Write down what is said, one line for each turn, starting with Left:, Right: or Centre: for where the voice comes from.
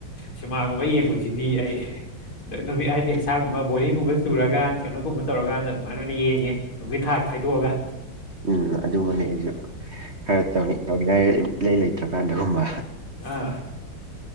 Left: ꯁꯤꯅꯦꯃꯥꯒꯨꯝꯕ ꯌꯦꯡꯕꯁꯤꯗꯤ ꯑꯩ ꯅꯨꯃꯤꯠ ꯍꯥꯏꯗꯤ ꯏꯁꯥꯒꯨꯝꯕ ꯕꯣꯔꯤꯡꯒꯨꯝꯕ ꯆꯨꯔꯀꯥꯟ ꯀꯩꯅꯣꯒꯨꯝꯕ ꯇꯧꯔꯀꯥꯟꯗ ꯑꯗꯨꯃꯥꯏꯅ ꯑꯣꯏꯅ ꯌꯦꯡꯉꯦ ꯅꯨꯒꯤꯠ ꯊꯥꯛ ꯈꯥꯏꯗꯣꯛꯑꯒ
Right: ꯎꯝ ꯑꯗꯨꯝꯕꯅꯤ ꯑꯩꯁꯨ ꯈꯔ ꯇꯧꯅꯤ ꯇꯧꯅꯤꯉꯥꯏ ꯏ ꯂꯩ ꯂꯩꯇ꯭ꯔꯀꯥꯟꯗꯒꯨꯝꯕ
Left: ꯑꯥ